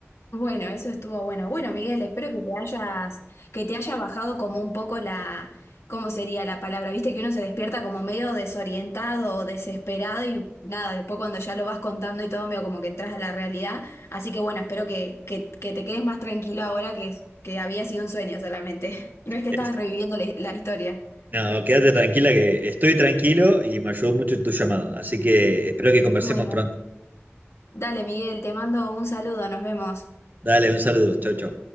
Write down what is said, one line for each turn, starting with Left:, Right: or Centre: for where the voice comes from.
Left: Bueno, eso estuvo bueno. Bueno, Miguel, espero que te hayas, que te haya bajado como un poco la, ¿cómo sería la palabra? Viste que uno se despierta como medio desorientado o desesperado y nada, después cuando ya lo vas contando y todo, medio como que entras a la realidad. Así que bueno, espero que, que, que te quedes más tranquilo ahora que, es- que había sido un sueño solamente. <laughs> No es que estabas
Right: Este,
Left: reviviendo la la historia.
Right: no, quédate tranquila que estoy tranquilo y me ayudó mucho tu llamada. Así que espero que conversemos
Left: Bueno,
Right: pronto.
Left: dale, Miguel, te mando un saludo, nos vemos.
Right: Dale, un saludo. Chau, chau.